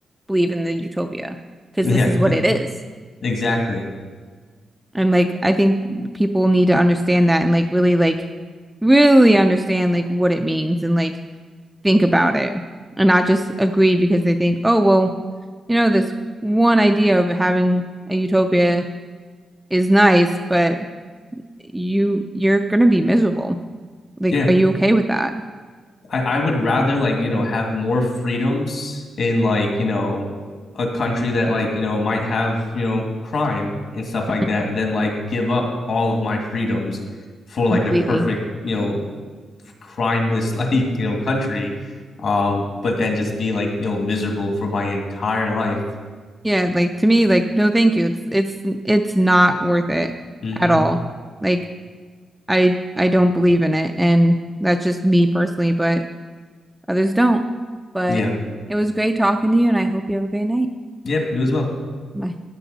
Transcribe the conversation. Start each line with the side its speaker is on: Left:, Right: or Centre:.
Centre: believe in the utopia because
Left: Yeah,
Centre: this is what
Left: <laughs>
Centre: it is.
Left: exactly.
Centre: And like, I think people need to understand that and like really, like, really understand like what it means and like think about it and not just agree because they think, oh, well, you know, this one idea of having a utopia is nice, but you you're gonna be miserable. Like,
Left: Yeah,
Centre: are you okay with that?
Left: I, I would rather like, you know, have more freedoms in like, you know, a country that like, you know, might have, you know, crime and stuff
Centre: Mhm.
Left: like that than like give up all of my freedoms for like
Centre: Completely.
Left: a perfect, you know, crimeless <laughs> like, you know, country. Um, but then just be like, you know, miserable for my entire life.
Centre: Yeah, like to me, like no, thank you. It's it's it's not worth it
Left: hmm
Centre: at all. Like I I don't believe in it, and that's just me personally, but others don't. But
Left: Yeah.
Centre: it was great talking to you, and I hope you have a great night.
Left: Yep, you as well.
Centre: Bye.